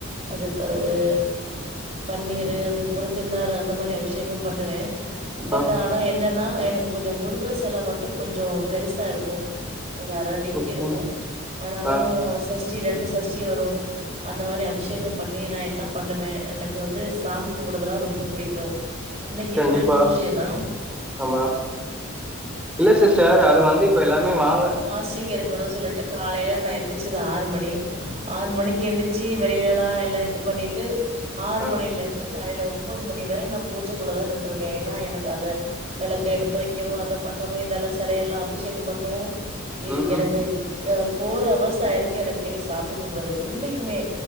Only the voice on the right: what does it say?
அது பிறவு பன்னீரு அதுக்குப்பெறவ் திருநாறு அந்த மாரி அபிஷேகம் பண்ணுவே பட்
ஆனா என்னன்னா எனக்கு கொஞ்சொ முருகர் செல மட்டு கொஞ்சோ பெருசா இருக்கு ஒரு அர அடிக்கு
இருக்கு ஆனாலு
சஸ் ஷ்டி ரெண்டு சஷ்டி வரும் அந்த மாரி அ அபிஷேகம் பண்ணி நா எல்லா பண்ணுவே எனக்கு வந்து சாமி கும்புடுறதுனா ரொம்ப புடிக்கு இன்னைக்கு
கூட டுயுஸ்டேதா
ஃபாஸ்டிங் இருக்கணு சொல்லிட்டு காலைல நா எந் ச்சது ஆறு மணி ஆறு மணிக்கு எந்திச்சி வெளிலேல்லா எல்லா இது பண்ணிட்டு ஆறு
மணிலருந்து காலைல ஒம்போது மணி வர நா பூஜைக்குள்ளதா நின்றுக்கே ஏனா எனக்கு அத வெளக்க எடுத்து வைக்கவு அத பண்ணவு இதெல்லா செலெயெல்லா அபிஷேகம் பண்ணு இ
எனக்கு் ஃபோர் ஹவர்ஸ் ஆயிருக்கு எனக்கு இன்னைக்கு சாமி கும்பிடுறதுக்கு உண்மைக்குமே